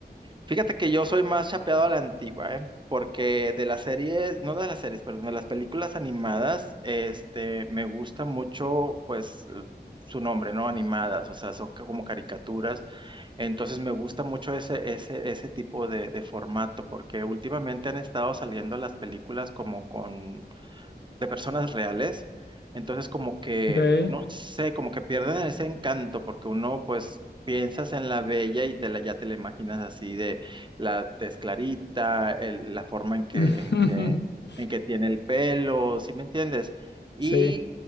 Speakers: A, on the right; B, on the left.
A: fíjate que yo soy más chapeado a la antigua, ¿eh? Porque de las series, no de las series, perdón, de las películas animadas, este, me gusta mucho, pues, eh, su nombre, ¿no? Animadas, o sea, son ca- como caricaturas. Entonces me gusta mucho ese, ese, ese tipo de, de formato, porque últimamente han estado saliendo las películas como con de personas reales. Entonces, como que,
B: Ok.
A: no sé, como que pierden ese encanto, porque uno, pues, piensas en la bella y te la, ya te la imaginas así de la tez clarita, el- la forma en que,
B: <laughs>
A: en que, en que tiene el pelo, ¿sí me entiendes? Y,
B: Sí.